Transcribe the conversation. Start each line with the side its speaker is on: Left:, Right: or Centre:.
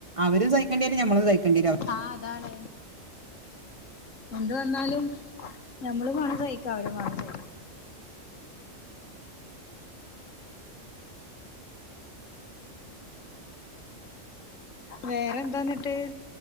Right: അവരും സഹിക്കേണ്ടിരും നമ്മളും സഹിക്കേണ്ടിരും അവ
Left: ആഹ് അതാണ് എന്ത് വന്നാലും നമ്മളും വേണം സഹിക്ക അവര് വേണം സഹിക്ക വേറെന്താന്നിട്ട്